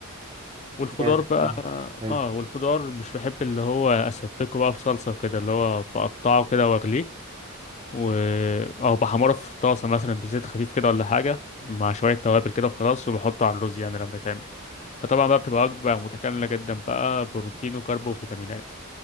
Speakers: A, on the left; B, on the right.
A: والخضار
B: جامد
A: بقى
B: اه حلو
A: اه والخضار مش بحب اللي هو اسبكه بقى بصلصة وكده اللي هو بقطعه كده واغليه و... او بحمره في طاسة مثلا بزيت خفيف كده ولا حاجة مع شوية توابل كده وخلاص وبحطه على الرز يعني لما يتعمل فطبعا بقى بتبقى وجبة متكاملة جدا بقى بروتين وكارب وفيتامينات